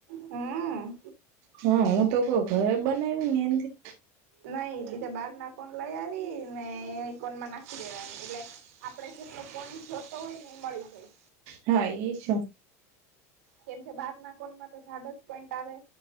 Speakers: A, on the right (about 85°); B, on the right (about 50°).
A: હા.
B: હા હું તો કઉ ઘરે બનાવી મેદી.
A: નઈ એ તો બહાર ના કોન લઈ આવી ને એ કોણ માં નાખી દેવાની એટલે આપડે જેટલો કોન જોતો હોય ને એ મળી જાય.
B: હા એ છ.
A: કેમ કે બાર ના કોનમાં તો જાડો જ પોઈન્ટ આવે.